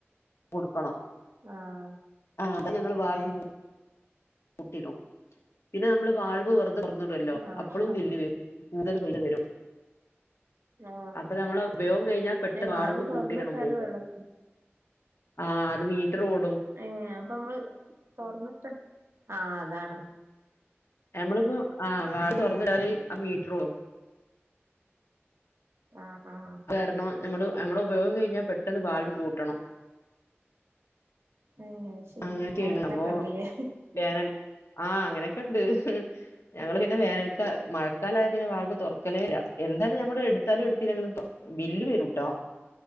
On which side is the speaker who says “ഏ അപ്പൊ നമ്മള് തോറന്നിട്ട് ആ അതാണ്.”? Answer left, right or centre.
Right